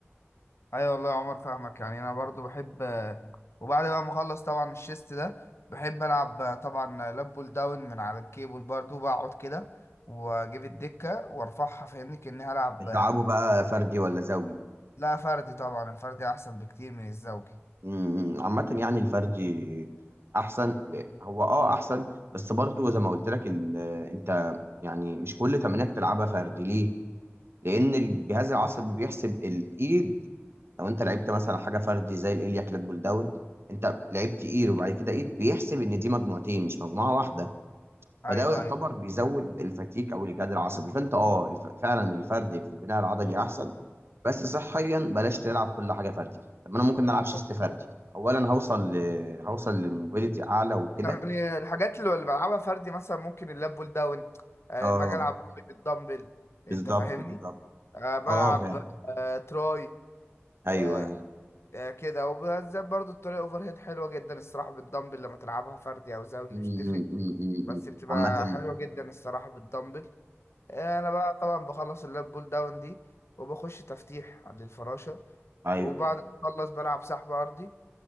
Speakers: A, on the left; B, on the right.
A: ايوه والله يا عمر فاهمك يعني انا برضو بحب وبعد بقى ما اخلص طبعا الشيست ده بحب العب طبعا لاب بول داون من على الكيبل برضو بقعد كده واجيب الدكه وارفعها فاهمني كاني هلعب
B: بتلعبه بقى فردي ولا زوجي
A: لا فردي طبعا الفردي احسن بكتير من الزوجي
B: أمم، عامه يعني الفردي احسن ل- هو اه احسن بس برضو زي ما قلت لك ال- انت يعني مش كل تمرينك تلعبها فردي ليه لان الجهاز العصبي بيحسب الايد لو انت لعبت مثلا حاجه فردي زي الاليا كلات بول داون انت لعبت ايد وبعد كده ايد بيحسب ان دي مجموعتين مش مجموعه واحده
A: ايوه
B: فده يعتبر
A: ايوه
B: بيزود الفتيك او الجهاد العصبي فانت اه الف... فعلا الفردي في البناء العضلي احسن بس صحيا بلاش تلعب كل حاجه فردي طب ما انا ممكن العب شيست
A: مظبوط.
B: فردي اولا هوصل ل... هوصل لموبيليتي اعلى وكده
A: يعني الحاجات اللي اللي بلعبها فردي مثلا ممكن اللاب بول داون آه،
B: اه
A: لما اجي العب بالدمبل
B: بالظبط
A: انت فاهمني
B: بالظبط
A: آه، بلعب
B: اه فعلا
A: آه، تراي
B: ايوه
A: آه،
B: ايوه
A: آه، كده وبالذات برضو الطريقة اوفر هيد حلوة جدا الصراحة بالدمبل لما تلعبها فردي او زوجي
B: م-
A: مش تفرق
B: م- م- م-
A: بس
B: م.
A: بتبقى
B: عامه
A: حلوة جدا الصراحة بالدمبل آه، انا بقى طبعا بخلص اللاب بول داون دي وبخش تفتيح للفراشة
B: ايوه
A: وبعد ما اخلص بلعب سحب ارضي